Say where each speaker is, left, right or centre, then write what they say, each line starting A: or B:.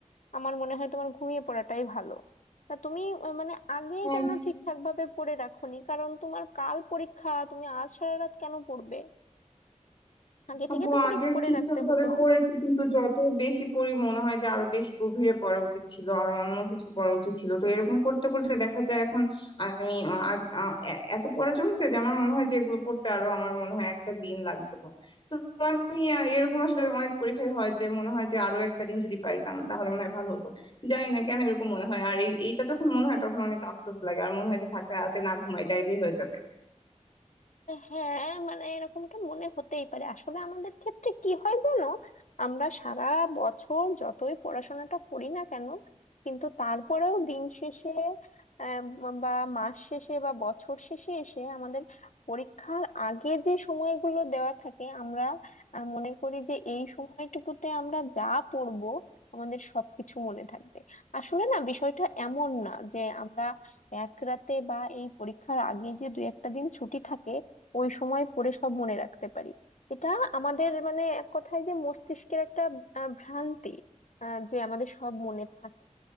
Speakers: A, on the left; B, on the left.
A: আমার মনে হয় তোমার ঘুমিয়ে পড়াটাই ভালো তা তুমি আহ, মানে আগে
B: হ্যাঁ
A: কেন ঠিকঠাক ভাবে পড়ে রাখোনি কারণ তোমার কাল পরীক্ষা তুমি আজ সারা রাত কেন পড়বে আগে
B: আপু
A: থেকে তো পরীক্ষা
B: আগে
A: পড়ে
B: ঠিকঠাক
A: রাখতে হতো
B: ভাবে পড়েছি কিন্তু যত বেশি পড়ি মনে হয় যে আরো বেশি গভীরে পড়া উচিত ছিল আর অন্য কিছু পড়া উচিত ছিল তো এরকম করতে করতে দেখা যায় এখন আমি আ- আ- আ- এ- এত পড়া জমছে যে আমার মনে হয় যে এগুলো পড়তে আরো আমার মনে হয় একটা দিন লাগতো তো আমি আ, এরকম আসলে অনেক পরীক্ষায় হয় যে মনে হয় যে আরো একটা দিন যদি পাইতাম তাহলে মনে হয় ভালো হতো জানি না কেন এরকম মনে হয় আর এই- এইটা যখন মনে হয় তখন অনেক আফসোস লাগে আর মনে হয় যে থাকা রাতে না ঘুমাই তাইলেই হয়ে যাবে
A: হ্যাঁ মানে এরকমটা মনে হতেই পারে আসলে আমাদের ক্ষেত্রে কি হয় জানো আমরা সারা বছর যতই পড়াশোনাটা করি না কেন কিন্তু তারপরেও দিন শেষে আহ, বা মাস শেষে বা বছর শেষে এসে আমাদের পরীক্ষার আগে যে সময়গুলো দেওয়া থাকে আমরা আহ, মনে করি যে এই সময়টুকুতে আমরা যা পড়বো আমাদের সবকিছু মনে থাকবে আসলে না বিষয়টা এমন না যে আমরা এক রাতে বা এই পরীক্ষার আগে যে দু একটা দিন ছুটি থাকে ওই সময় পড়ে সব মনে রাখতে পারি এটা আমাদের মানে এক কথায় যে মস্তিষ্কের একটা আহ, ভ্রান্তি আহ, যে আমাদের সব মনে থাকে